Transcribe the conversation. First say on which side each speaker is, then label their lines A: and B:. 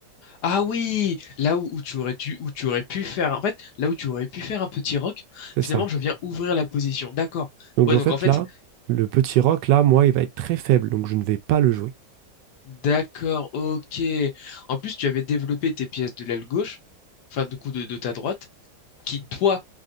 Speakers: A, on the left; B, on the right.
A: Ah oui, là où, où tu aurais dû, où tu aurais pu faire, en fait, là où tu aurais pu faire un petit rock,
B: C'est
A: finalement,
B: ça.
A: je viens ouvrir la position. D'accord.
B: Donc
A: Ouais,
B: en
A: donc
B: fait
A: en fait,
B: là, le petit roc là, moi, il va être très faible, donc je ne vais pas le jouer.
A: d'accord, ok. En plus, tu avais développé tes pièces de l'aile gauche, enfin, du coup, de, de ta droite, qui, toi,